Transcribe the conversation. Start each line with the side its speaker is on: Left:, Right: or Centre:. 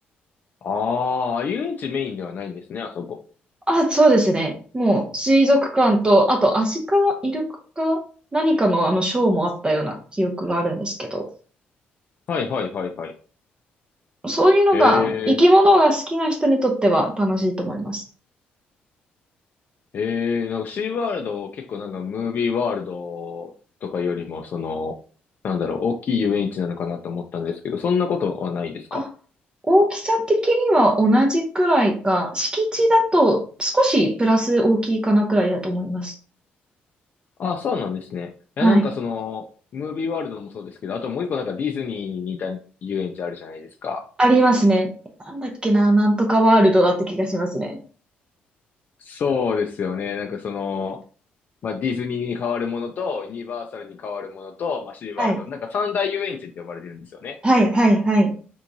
Left: ああ、遊園地メインではないんですね、あそこ。
Right: あ、そうですね。もう、水族館と、あと、アシカ、イルカか、何かのあの、ショーもあったような記憶があるんですけど、
Left: はいはいはいはい。
Right: そういうのが、
Left: え
Right: 生き物が好きな人にとっては楽しいと思います。
Left: ー、えー、なんかシーワールド結構なんかムービーワールドとかよりも、その、なんだろう、大きい遊園地なのかなと思ったんですけど、そんなことはないですか
Right: あ、大きさ的には同じくらいか、敷地だと少しプラス大きいかなくらいだと思います。
Left: あ、そうなんですね。いや、
Right: はい。
Left: なんかその、ムービーワールドもそうですけど、あともう一個なんかディズニーに似た遊園地あるじゃないですか。
Right: ありますね。なんだっけな、なんとかワールドだった気がしますね。
Left: そうですよね。なんかその、まあ、ディズニーに変わるものと、ユニバーサルに変わるものと、まあ、シーワールド、
Right: はい。
Left: なんか三大遊園地って呼ばれてるんですよね。
Right: はい、はい、はい。